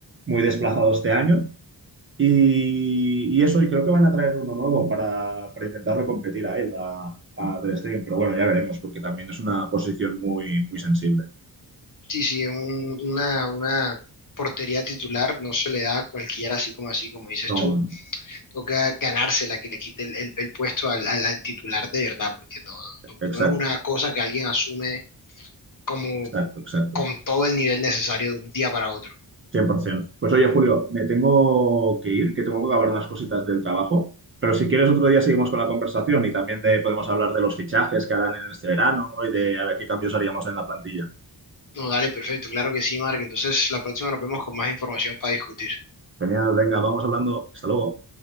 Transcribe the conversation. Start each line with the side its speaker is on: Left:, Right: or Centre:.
Right: muy desplazado este año. Y, y eso, y creo que van a traer uno nuevo para, para intentarle competir a él, a, a Ter Stegen. Pero bueno, ya veremos, porque también es una posición muy, muy sensible.
Left: Sí, sí, un- una, una portería titular no se le da a cualquiera así como así, como dices
Right: No,
Left: tú. Toca ganársela que le quite el, el- el puesto al, al- al titular de verdad, porque no, no-
Right: exacto,
Left: no es una cosa que alguien asume como
Right: exacto, exacto.
Left: con todo el nivel necesario de un día para otro.
Right: 100%. Pues oye, Julio, me tengo que ir, que tengo que acabar unas cositas del trabajo, pero si quieres otro día seguimos con la conversación y también de, podemos hablar de los fichajes que harán en este verano y de a ver qué cambios haríamos en la plantilla.
Left: No, dale, perfecto, claro que sí, Mark. Entonces la próxima nos vemos con más información para discutir.
Right: Genial, venga, vamos hablando. Hasta luego.